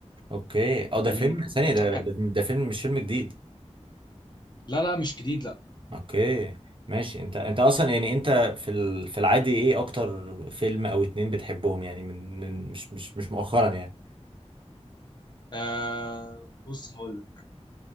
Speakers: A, on the right; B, on the left.
A: اوكي اه ده
B: يعني
A: فيلم ثانيه
B: كان
A: ده
B: كان
A: ده ده فيلم مش فيلم جديد
B: لا لا مش جديد لا
A: اوكي ماشي انت انت اصلا يعني انت في ال... في العادي ايه اكتر فيلم او اتنين بتحبهم يعني من من مش مش مش مؤخرا يعني
B: آه بص هقول لك